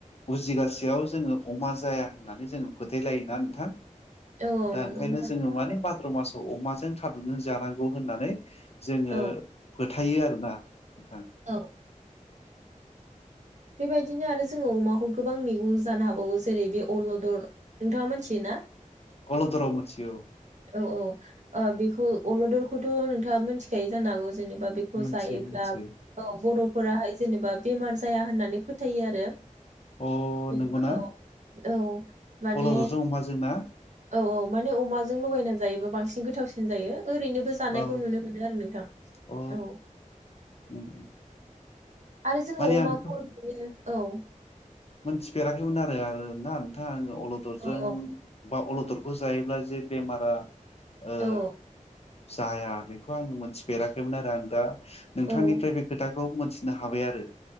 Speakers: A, on the left; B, on the right.
A: उजिगासेयाव जोङो अमा जाया होननानै जोङो फोथायलायोना नोंथां।
B: औ
A: दा
B: नंगौ
A: ओंखायनो
B: होनबा
A: जोङो
B: नोंथां
A: माने भाद्र मासाव औ अमाजों थादुंजों जानांगौ होननानै जोङो
B: औ
A: फोथायो आरोना नोंथां
B: औ बेबायदिनो आरो जोङो अमाखौ गोबां मैगं जानो हाबावो जों जेरै बे अलदर नोंथाङा मिथियो ना?
A: अलदर मोनथियो औ
B: औ औ ओ बेखौ अलदरखौथ, नोंथाङा मिथिखायो जानो हागौ जेनेबा बेखौ
A: मिथियो
B: जायोब्ला
A: मिथियो
B: औ बरफोराहाय जेनेबा बेमार जाया होननानै फोथायो आरो।
A: अ
B: जेनेबा
A: नंगौना?
B: औ औ माने
A: अलददजों अमाजों ना
B: औ औ माने अमा जों लगायना जायोबा बांसिन गोथावसिन जायो‌। ओरैनोबो जानायखौ
A: औ
B: नुनो मोनो आरो नोंथां
A: अ
B: औ
A: उम
B: आरो जोङो
A: माने
B: अमाखौ
A: आं बेखौ
B: बिदिनो औ
A: मोनथिफेराखैमोन आरो आरो ना नोंथाङा आं अलदरजों
B: औ औ
A: बा अलदर खौ जायोब्ला जे बेमारा ओ
B: औ
A: जाया बेखौ आङो मोनथिफेराखैमोन आरो आं दा नोंथांनिफ्राय
B: औ
A: बे खोथाखौ मोनथिनो हाबाय आरो